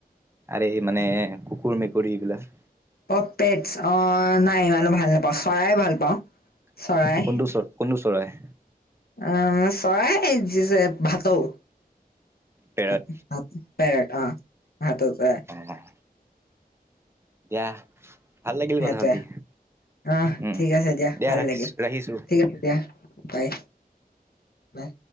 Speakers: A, on the right; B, on the left.
A: আৰে মানে কুকুৰ মেকুৰী এইবিলাক
B: অ পেটছ অ নাই ইমানো ভাল নাপাওঁ চৰাই ভাল পাওঁ চৰাই
A: কোনটো কোনটো চৰাই
B: অ চৰাই ভাটৌ
A: পেৰাত
B: পেৰট অ ভাটৌ চৰাই
A: অ', দিয়া ভাল লাগিল
B: সেইটোৱে
A: কথা পাতি
B: আহ
A: উম।
B: ঠিক আছে দিয়া ভাল
A: ৰাখিছ
B: লাগিল
A: ৰাখিছোঁ।
B: ঠিক আছে দিয়া বাই বাই